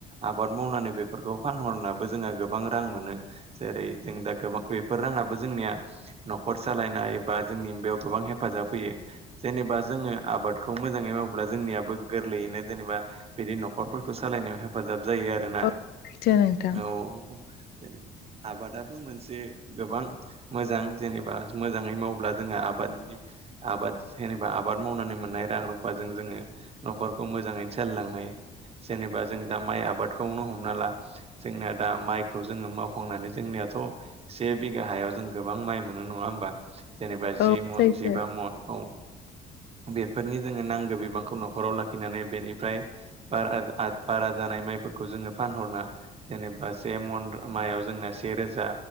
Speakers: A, on the right (about 35°); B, on the left (about 70°).
A: आबाद मावनानै बेफोरखौ फानहरनाबो जोंहा गोबां रां मोनो। जेरै जों दा गोबां बेफोर राङाबो जोंनिया न'खर सालायनाय बा जोंनि बेयाव गोबां हेफाजाब होयो। जेनेबा जोङो आबादखौ मोजाङै मावोब्ला जोंनियाबो गोरलैयैनो जेनेबा बिदि न'खरफोरखौ सालायनायाव हेफाजाब जायो आरोना
B: औ सैथो नोंथां
A: औ जेनेबा आबादाबो मोनसे गोबां मोजां जेनेबा मोजाङै मावब्ला जोङो आबादनि आबाद जेनेबा आबाद मावनानै मोननाय रां रुफाजों जोङो न'खरखौ मोजाङैनो सलिलांहायो जेनेबा जों दा माइ आबादखौनो हमना ला जोंनाया दा माइखौ जोङो मावखांनानै जोंनियाथ' से बिघा हायाव जों गोबां माइ मोनो नङा होमबा जेनेबा जि
B: औ
A: मन
B: सैथो
A: जिबा मन। औ बेफोरनि जोङो नांगौ बिबांखौ न'खराव लाखिनानै बेनिफ्राय बारा बारा जानाय माइफोरखौ जोङो फानहरना जेनेबा से मन मायाव जोंना से रोजा।